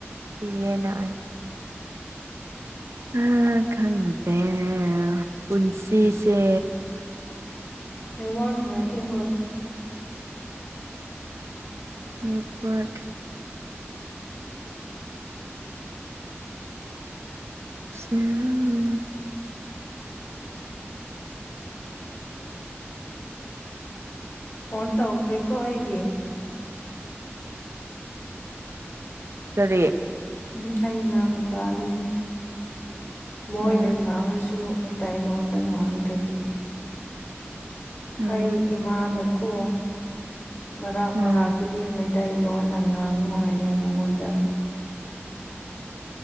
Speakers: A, on the right; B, on the left.
A: ꯌꯦꯟꯅ ꯑꯥꯏ ꯑ ꯈꯪꯇꯦ ꯄꯨꯟꯁꯤꯁꯦ
B: ꯅꯦꯠꯋꯥꯛ ꯅꯨꯡꯉꯥꯏꯇꯦ ꯍꯣꯏ
A: ꯅꯦꯠꯋꯥꯔꯛ ꯁꯤꯔꯕꯣ
B: ꯑꯣꯟ ꯇꯧꯈ꯭ꯔꯦꯀꯣ ꯑꯩꯒꯤ
A: ꯀꯔꯤ
B: ꯎꯝ ꯑꯩ ꯏꯅꯥꯎ ꯅꯨꯨꯄꯥ ꯑꯗꯨꯅꯦ ꯃꯣꯏꯗ
A: ꯎꯝ
B: ꯉꯥꯡꯔꯁꯨ ꯑꯩ ꯗꯥꯏꯂꯣꯟꯗ ꯉꯥꯡꯗ꯭ꯔꯗꯤ
A: ꯎꯝ
B: ꯑꯩ ꯏꯃꯥꯅꯀꯣ ꯃꯔꯥꯛ ꯃꯔꯥꯛꯇꯗꯤ
A: ꯎꯝ
B: ꯃꯩꯇꯩꯂꯣꯟꯅ ꯉꯥꯡꯉꯨ ꯍꯥꯏꯌꯦ ꯃꯉꯣꯟꯗ